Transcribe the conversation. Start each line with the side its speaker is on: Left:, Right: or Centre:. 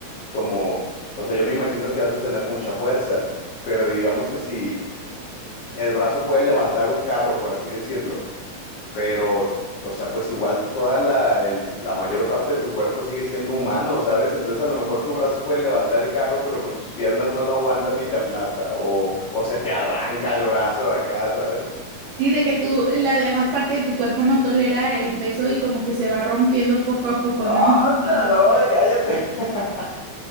Left: Como, o sea, yo me imagino que has de tener mucha fuerza, pero digamos que si el brazo puede levantar un carro, por así decirlo, pero, o sea, pues igual toda la, el- la mayor parte de tu cuerpo sigue siendo humano, ¿sabes? Entonces a lo mejor tu brazo puede levantar el carro, pero pues tus piernas no lo aguantan y te aplasta, o, o se te arranca el brazo acá, ¿sabes?
Right: Sí, de que tú, la demás parte de tu cuerpo no tolera el peso y como que se va rompiendo poco a poco,
Left: ¡Anda,
Right: ¿no? Sí.
Left: no! ¡Cállate! <laughs>